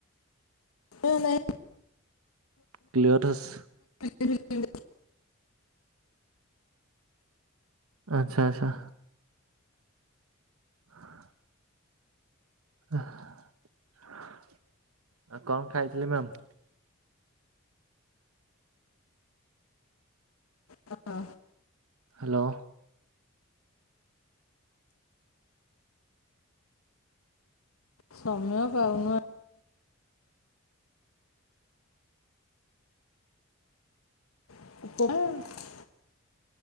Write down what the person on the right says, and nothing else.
କ୍ଲିୟରସ୍
ଆଛା ଆଛା। ହଁ। ଆଉ କଣ ଖାଇଥିଲି ମ୍ୟାମ?
ହାଲୋ।